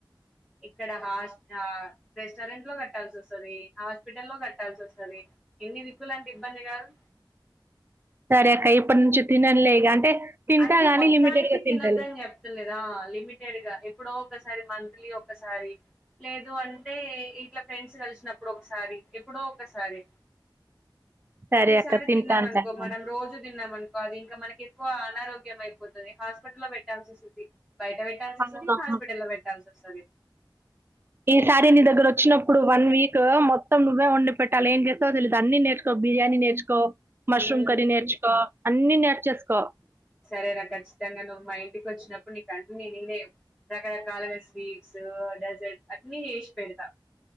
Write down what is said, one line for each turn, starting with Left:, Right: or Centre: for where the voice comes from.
Centre: ఇక్కడ హస్. ఆహ్ రెస్టారెంట్లో కట్టాల్సి వస్తది హాస్పిటల్లో కట్టాల్సి వస్తది ఇన్ని దిక్కులంటె. ఇబ్బంది గాదు.
Right: సరే అక్క ఇప్పటి నుంచి తినంలే ఇగ అంటే. తింటా
Centre: అంటే
Right: గాని
Centre: మొత్తానికి
Right: లిమిటెడ్ గా
Centre: తినొద్దని
Right: తింటలే
Centre: చెప్తలేదు ఆ లిమిటెడ్ గా ఎప్పుడో ఒకసారి సరి మంత్లీ ఒకసారి లేదు అంటే ఇట్లా ఫ్రెండ్స్ కలిసినప్పుడు ఒకసారి ఎప్పుడో ఒక సారి ప్రతిసారి
Right: సరే అక్క తింటానులే
Centre: తిన్నామనుకో
Right: నేను
Centre: మనం రోజు తిన్నామనుకో అది ఇంకా మనకి ఎక్కువ. అనారోగ్యం అయిపోతది హాస్పిటల్లో పెట్టాల్సి వస్తది బయట పెట్టాల్సి వస్తది
Right: అవునవును
Centre: హాస్పిటల్లో లో పెట్టాల్సి వస్తది. సరే.
Right: ఈసారి నీ దగ్గరోచ్చినప్పుడు వన్ వీక్ మొత్తం నువ్వే వండి పెట్టాలి ఏం చేస్తావో తెలిదు అన్ని నేర్చుకో బిర్యానీ నేర్చుకో మష్రూమ్
Centre: ఉమ్
Right: కర్రీ నేర్చుకో అన్ని నేర్చేస్కో
Centre: సరే రా ఖచ్చితంగా నువ్వు మా ఇంటికోచ్చినప్పుడు నీకు అన్నీ నేనే రకరకాలుగా స్వీట్స్ డెజర్ట్ అన్నీజేస్పెడ్తా